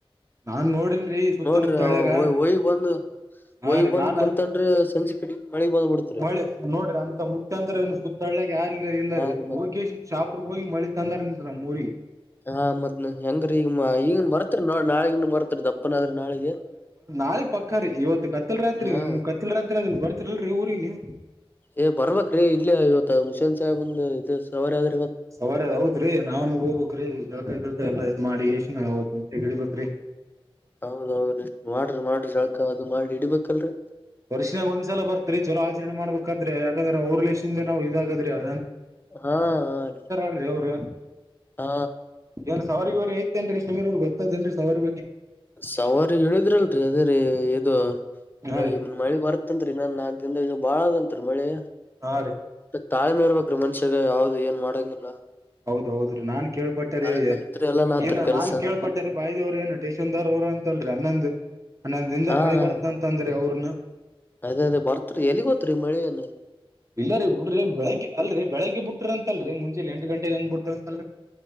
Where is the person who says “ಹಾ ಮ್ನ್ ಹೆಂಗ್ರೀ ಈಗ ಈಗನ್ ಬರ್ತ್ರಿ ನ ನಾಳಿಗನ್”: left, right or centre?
Left